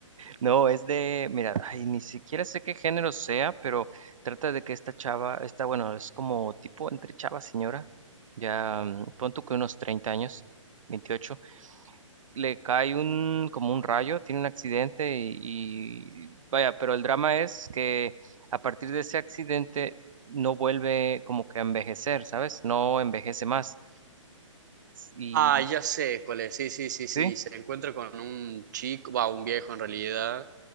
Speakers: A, on the right (about 75°); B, on the right (about 35°).
A: No, es de, mira, ay, ni siquiera sé qué género sea, pero trata de que esta chava, esta, bueno, es como tipo entre chava señora, ya mm, pon tú que unos 30 años, 28. le cae un, como un rayo, tiene un accidente y, y vaya, pero el drama es que a partir de ese accidente no vuelve como que a envejecer, ¿sabes? No envejece más. Y
B: Ah, ya sé cuál es, sí, sí, sí, sí,
A: sí,
B: se encuentra con un chico, va, un viejo en realidad,